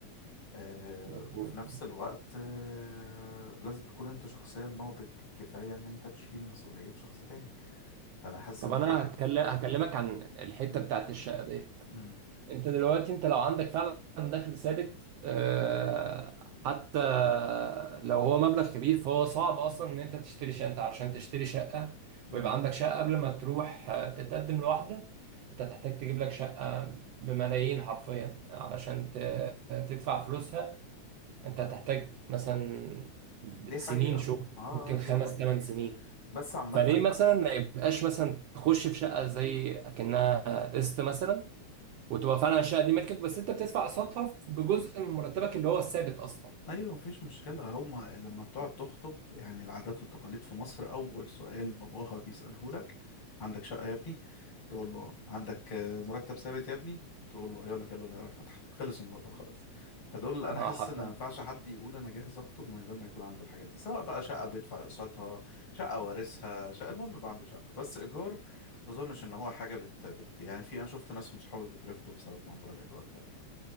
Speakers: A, on the left; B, on the right.
A: آه
B: مظبوط
A: وفي نفس الوقت آه لازم تكون انت شخصيا ناضج كفاية ان انت تشيل مسؤولية شخص تاني فانا حاسس
B: طب
A: ان
B: انا
A: الواحد
B: هكل- هكلمك عن الحته
A: مم،
B: بتاعت الشقه ديت
A: مم،
B: انت دلوقتي انت لو عندك فعلا دخل ثابت آه، حتى لو هو مبلغ كبير فهو صعب اصلا ان انت تشتري شقه انت عشان تشتري شقه
A: مم.
B: ويبقى عندك شقه قبل ما تروح آه، تتقدم لواحده انت هتحتاج تجيب لك شقه بملايين حرفيا علشان ت- تدفع فلوسها انت هتحتاج مثلا
A: دي
B: سنين
A: حقيقة
B: شغل
A: اه
B: ممكن
A: دي
B: خمس
A: حقيقة
B: ثمان سنين
A: بس عامة
B: فليه مثلا ما يبقاش مثلا تخش في شقه زي اكنها قسط مثلا وتبقى فعلا الشقه دي ملكك بس انت بتدفع قسطها بجزء من مرتبك اللي هو الثابت اصلا
A: ايوه مفيش مشكله هما لما بتقعد تخطب يعني العادات والتقاليد في مصر اول سؤال باباها بيساله لك عندك شقه يا ابني تقول له آه. عندك آه، مرتب ثابت يا ابني تقول له آه. يقول لك يلا نقرا الفاتحه خلص الموضوع خلاص فدول انا
B: اه
A: حاسس
B: حرفيا
A: ان ما ينفعش حد يقول انا جاهز اخطب من غير ما يكون عنده الحاجات دي سواء بقى شقه بيدفع اقساطها شقه وارثها شقه المهم يبقى عنده شقه بس ايجار ما اظنش ان هو حاجه بت, بت يعني في انا شفت ناس من صحابي بترفضوا بسبب موضوع الايجار ده